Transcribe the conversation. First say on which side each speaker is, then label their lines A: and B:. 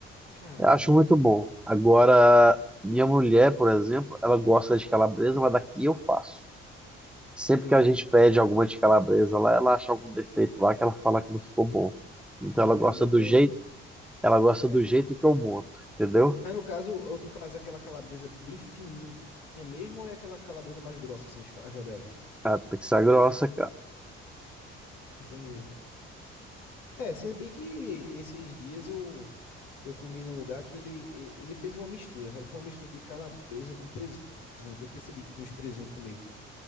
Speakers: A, on the left; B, in the centre.
A: Caramba,
B: Eu acho muito bom. Agora, minha mulher, por exemplo, ela gosta de calabresa, mas daqui eu faço. Sempre
A: entendi.
B: que a gente pede alguma de calabresa lá, ela acha algum defeito lá que ela fala que não ficou bom. Então
A: <laughs>
B: ela gosta
A: Ainda
B: do
A: bem,
B: jeito,
A: né?
B: ela gosta
A: Aí-
B: do jeito que eu monto, entendeu?
A: mas no caso, ou tu faz aquela calabresa bem fininha mesmo, ou é aquela calabresa mais grossa, assim, as, fa- as rodelas?
B: Ah, tem que ser grossa, cara.
A: Entendi. É, se bem que esses dias eu, eu comi num lugar que ele, ele ele fez uma mistura, sabe? Foi uma mistura de calabresa com presunto. Eu percebi que tinha uns presunto no meio.